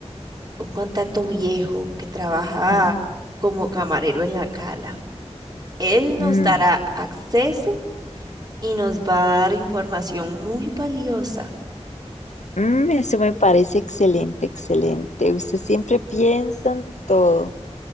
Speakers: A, on the right (about 35°); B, on the left (about 90°).
A: un contacto viejo que trabaja
B: Mm,
A: como camarero en la cala. Él nos
B: mm,
A: dará acceso y nos va a dar información muy valiosa.
B: mm, eso me parece excelente, excelente. Usted siempre piensa en todo.